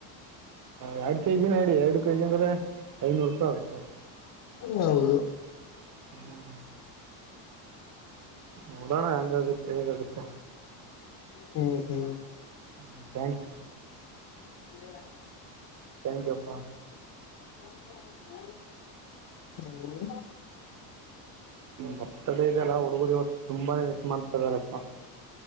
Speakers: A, on the right; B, on the left.
A: ಎರಡು ಕೆಜಿನಡಿ ಎರಡು ಕೆಜಿ ಅಂದ್ರೆ ಐನೂರು ರೂಪಾಯಿ ಆಗುತ್ತಾ.
B: ಹೌದು
A: ಹ್ಮ್ ಹ್ಮ್ ನೋಡೋಣ ಹಂಗಾಗುತ್ತೆ ಹೇಗ ಆಗುತ್ತೆ.
B: ಹ್ಮ್ ಹ್ಮ್
A: ಹ್ಮ ಥ್ಯಾಂಕ್ಸ್
B: ್ದೇವ <unintelligible>
A: ಚಂ ಯಪ್ಪಾ
B: <inaudible> ಹ್ಮ್ ಹ್ಮ್
A: ಬರ್ತಡೇದೆಲ್ಲ ಉಡುಗೋರಿ ಹೊತ್ತು ತುಂಬಾನೇ ವಿಷಮಾತದಾರಪ್ಪ